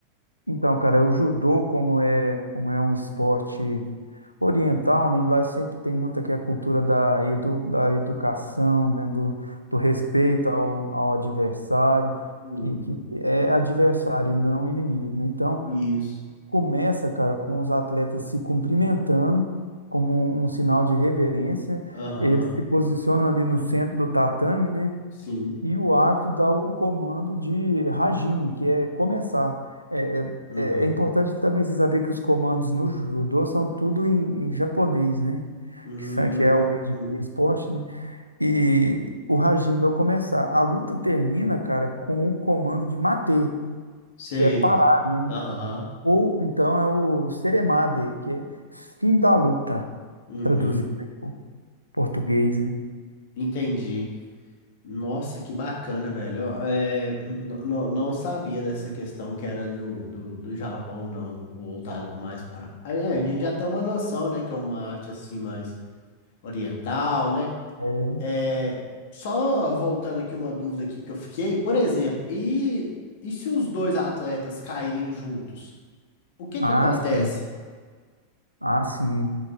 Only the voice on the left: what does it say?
Uhum.
Isso.
Aham,
sim.
Uhum.
Hum,
hum.
sei.
Aham.
Uhum.
Entendi. Nossa, que bacana, velho. Ó, É, n- n- não sabia dessa questão que era do, do, do Japão, não, voltado mais para. Ah, É, a gente já tem uma noção, né, que é uma arte assim mais oriental, né?
É, só voltando aqui uma dúvida aqui que eu fiquei, por exemplo, e, e se os dois atletas caírem juntos? O que
que acontece?